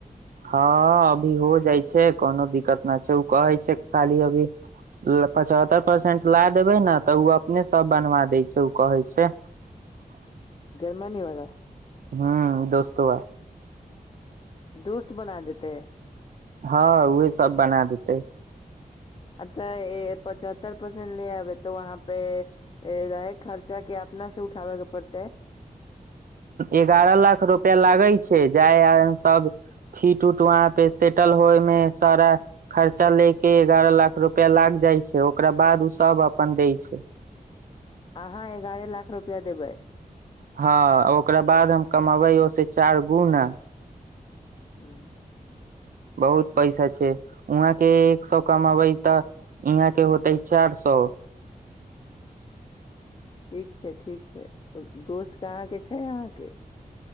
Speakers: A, on the right; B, on the left.
A: हँ अभी हो जाइ छै कोनो दिक्कत न छै ओ कहै छै खाली अभी पचहत्तर परसेंट ला देबै ने तऽ ओ अपने सब बनवा दै छै ओ कहै छै <inaudible>
B: जर्मनी वला
A: हू दोस्तो वा
B: दोस्त बना देतेै
A: हँ उहे सब बना देतै
B: अ् तऽ पचहत्तर परसेंट ले आबै तऽ वहाँ पे रहै के खर्चा के अपना से उठाबैके पड़ते
A: एगारह लाख रुपआ लागै छै जाय आबै मे सब फीट उट वहाँ पे सेटल होय मे सारा खर्चा ले के एगारह लाख रुपआ लाग जाइ छै ओकरा बाद ओ सब अपन दै छै
B: अहाँ एगारह लाख रुपआ देबै
A: हँ ओकरा बाद हम कमबै ओस चार गुना
B: हूं
A: बहुत पैसा छै वहाँ के एक सए कमबै तऽ ईहाँ के होतै चार सो
B: ठीक छै ठीक छै दोस्त कहाँ के छै अहाँ के